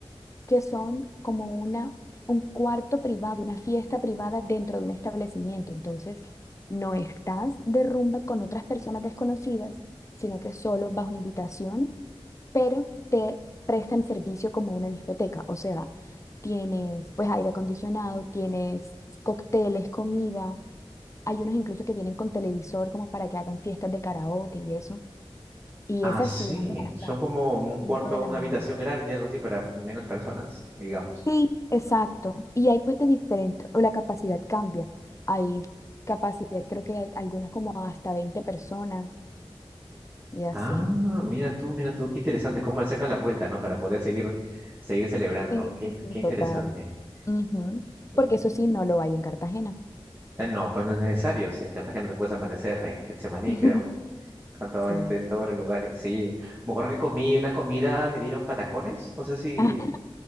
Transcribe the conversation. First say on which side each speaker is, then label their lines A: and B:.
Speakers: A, on the left; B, on the right.
A: que son como una, un cuarto privado, una fiesta privada dentro de un establecimiento. Entonces, no estás de rumba con otras personas desconocidas, sino que solo bajo invitación, pero te prestan servicio como una discoteca. O sea, tienes pues aire acondicionado, tienes cócteles, comida hay unos incluso que vienen con televisor como para que hagan fiestas de karaoke y eso. Y
B: Ah,
A: esa
B: sí,
A: sí abre hasta
B: son
A: las
B: como un
A: 5
B: cuarto,
A: de la
B: una
A: mañana.
B: habitación grande, algo así, para menos personas, digamos.
A: Sí, exacto. Y hay pues de diferente, o la capacidad cambia. Hay capacidad, creo que algunas como hasta veinte personas y así.
B: Ah, mira tú, mira tú, qué interesante, cómo le sacan la vuelta, ¿no? Para poder seguir, seguir celebrando.
A: Sí,
B: Qué,
A: sí,
B: in-
A: sí,
B: qué interesante.
A: total. Ujú.
B: Y, dije,
A: Porque
B: mm,
A: eso sí, no lo hay en Cartagena.
B: ah, No, pues no es necesario, si en Cartagena te puedes amanecer en Getsemaní,
A: <laughs>
B: creo. cantado
A: Sí.
B: en en todos los lugares, sí. Me acuerdo que comí una comida, me dieron patacones, no sé si
A: Ah,